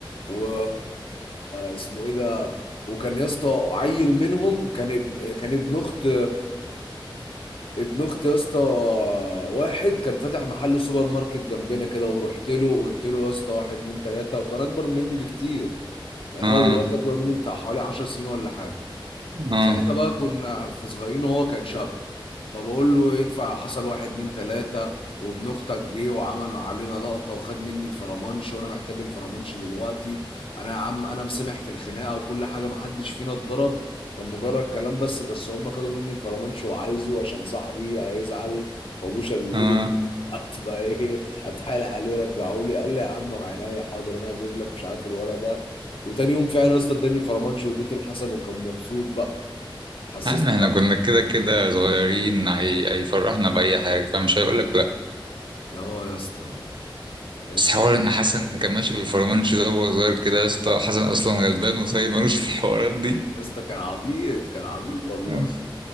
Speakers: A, on the left; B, on the right.
A: و اسمه ايه ده وكان يا اسطى عيل منهم كان اب- كان ابن اخت ابن اختي يا اسطى واحد كان فاتح محل سوبر ماركت جنبنا كده ورحت له قلت له يا اسطى واحد اتنين تلاته وكان اكبر مني بكتير يعني
B: اه
A: هو دلوقتي اكبر مني بتاع حوالي 10 سنين ولا حاجه
B: اه
A: ساعتها بقى كنا في صغيرين وهو كان شاب فبقول له ينفع حصل واحد اتنين تلاتة وابن اختك جه وعمل علينا لقطة وخد مني الفرمانش وانا محتاج الفرمانش دلوقتي انا يا عم انا مسامح في الخناقة وكل حاجة محدش فينا اتضرب كان مجرد كلام بس بس هم خدوا مني الفرمانش وعايزه عشان صاحبي هيزعل وابوه شريوله
B: اه
A: <laughs> هتبقى ايه اتحايل عليه رجعوا لي قال لي يا عم عينيا حاضر انا هجيب لك مش عارف الولد ده وتاني يوم فعلا يا اسطى اداني الفرمانش واديته لحسن وكان مبسوط بقى حسسني
B: يا عم احنا
A: بقى
B: كنا كده كده صغيرين هي... هيفرحنا بأي حاجة فمش هيقولك لأ
A: اه يا اسطى يا اسطى
B: بس حوار إن حسن كان ماشي في الفرمانش ده وهو صغير كده يا اسطى حسن أصلا غلبان وصايب ملوش في الحوارات دي
A: يا اسطى كان عبيط كان عبيط والله
B: <laughs>